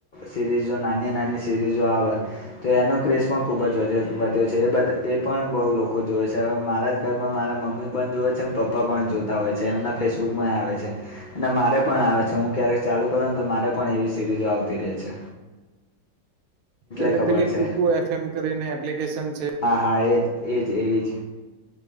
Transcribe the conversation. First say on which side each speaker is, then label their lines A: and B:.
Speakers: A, on the left; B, on the right.
A: સિરીઝો નાની નાની સિરીઝો આવે તો એનો ક્રેસ પણ ખુબ જ વધ્યો છે એ એ પણ બહુ લોકો જોવે છે હવે મારા જ માં મારા મમ્મી પણ જોવે છે પપ્પા પણ જોતા હોય છે એમના ફેસબુક માં આવે છે અને મારે પણ આવે છે હું ક્યારેક ચાલુ કરું ને તો મારે પણ એવી સિરીઝો આવતી રહે છે
B: એટલે
A: ખબર
B: પેલી
A: છે
B: કુકુ એફ એમ કરીને એપ્લિકેશન છે
A: હા હા એજ એજ એવી જ